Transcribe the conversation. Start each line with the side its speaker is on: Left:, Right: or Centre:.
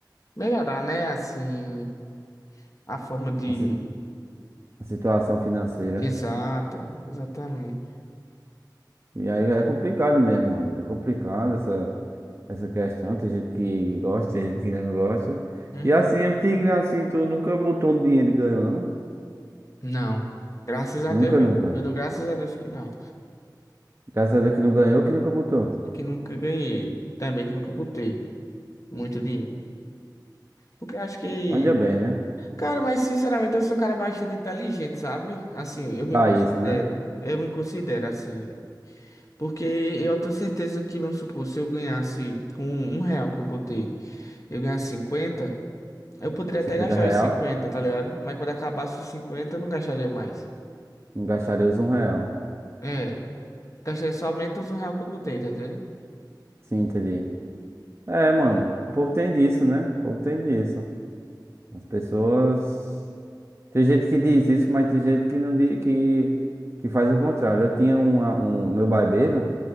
Left: melhorar, né? Assim. A forma de.
Right: A, si- a situação financeira.
Left: Exato, exatamente.
Right: E aí é complicado mesmo, mano. É complicado essa. essa questão. Tem gente que gosta, tem gente que não gosta.
Left: Uhum.
Right: E assim, o Tigre, assim, tu nunca botou um dinheiro e ganhou, não?
Left: Não. Graças a
Right: Nunca,
Left: Deus, não.
Right: nunca.
Left: Eu dou graças a Deus que não.
Right: Graças a Deus que não ganhou, que nunca botou.
Left: Que nunca ganhei. Também que nunca botei muito dinheiro. Porque acho que.
Right: Olha bem, né?
Left: Cara, mas sinceramente eu sou um cara bastante inteligente, sabe? Assim, eu me
Right: Pra
Left: considero.
Right: isso, né?
Left: Eu me considero assim. Porque eu tenho certeza que, vamos supor, se eu ganhasse com um real que eu botei, eu ganhasse 50 eu poderia até
Right: cinquenta
Left: gastar
Right: real,
Left: os 50 tá ligado? Mas quando acabasse os 50 eu não gastaria mais.
Right: não gastaria os um real.
Left: É, gastei somente os um real que eu botei, tá entendendo?
Right: Sim, entendi. É, mano, o povo tem disso, né? O povo tem disso. As pessoas. Tem gente que diz isso, mas tem gente que não diz, que, que faz o contrário. Eu tinha uma, um meu barbeiro.